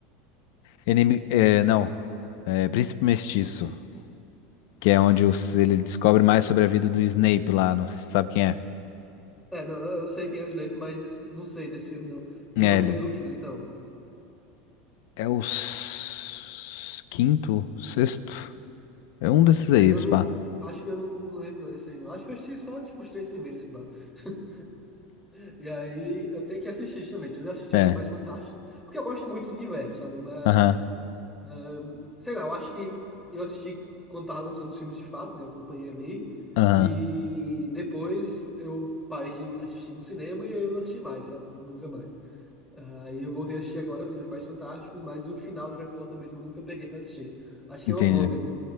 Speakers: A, on the left; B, in the centre.
A: Enemy, é, não, é Príncipe Mestiço, que é onde os- ele descobre mais sobre a vida do Snape lá, não sei se você sabe quem é.
B: É, não, eu sei quem é o Johnny Depp, mas não sei desse filme, não. Ele
A: É,
B: é um
A: ele,
B: dos últimos, então.
A: é o s- quinto, sexto, é um
B: É,
A: desses
B: que esse
A: aí,
B: aí eu não.
A: pá.
B: Acho que eu não, não lembro, não, isso aí, não. Acho que eu assisti só, tipo, os três primeiros, se pá. <laughs> E aí eu tenho que assistir também Eu já assisti
A: É,
B: os Animais Fantásticos, porque eu gosto muito do universo, sabe? Mas,
A: aham,
B: ahn, sei lá, eu acho que eu assisti quando tava lançando os filmes de fato, né? Eu acompanhei ali.
A: aham,
B: E depois eu parei de assistir no cinema e aí eu não assisti mais, sabe? Nunca mais. Aí eu voltei a assistir agora nos Animais Fantásticos, mas o final de Harry Potter mesmo eu nunca peguei pra assistir. Acho que
A: entendi.
B: é uma boa mesmo